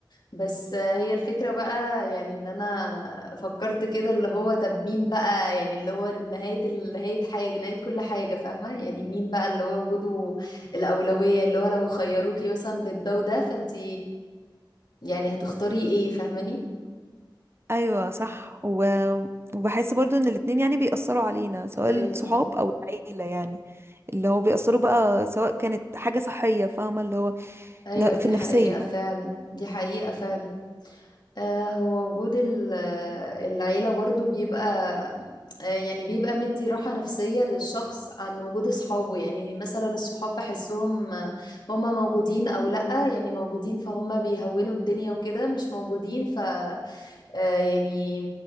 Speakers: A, on the left; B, on the right.
A: بس آه، هي الفكره بقى يعني ان انا فكرت كده اللي هو طب مين بقى يعني اللي هو نهايه ال- نهايه حاجه نهايه كل حاجه فاهمه يعني مين بقى اللي هو وجوده الاولويه اللي هو لو خيروكي مثلا بين ده وده فانت يعني هتختاري ايه فاهماني
B: ايوه صح و... وبحس برضو ان الاتنين يعني بيأثروا علينا سواء
A: ايوه
B: الصحاب او العيلة يعني اللي هو بيأثروا بقى سواء كانت حاجة صحية فاهمة اللي هو
A: ايوه
B: ن-
A: دي
B: في النفسية
A: حقيقه فعلا دي حقيقه فعلا آه، هو وجود ال- آه، العيلة برضو بيبقى آه، يعني بيبقى مدي راحة نفسية للشخص عن وجود أصحابه يعني مثلا الصحاب بحسهم آه، هما موجودين أو لأ يعني موجودين فهم بيهونوا الدنيا وكده مش موجودين ف آه، يعني